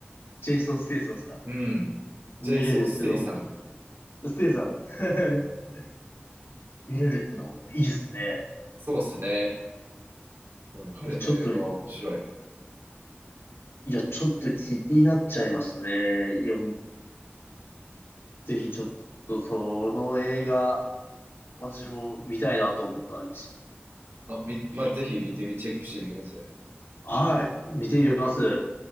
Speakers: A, on the left; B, on the right.
A: ジェイソン・ステイソンですか。
B: う。うん。
A: 見れるっていうのも、
B: ジェイソン・ステイさん。
A: ステイさん <laughs> 見れるっていうのもいいっすね。
B: そうですね。うん、彼の映画は面白い。
A: え、ちょっと、いや、ちょっと気になっちゃいましたね。いや、ぜひちょっとその映画、私も見たいなと思ってありまし
B: あ、み、まあ、ぜひ見てみ、チェックしてみてください。
A: た。はい、見てみます。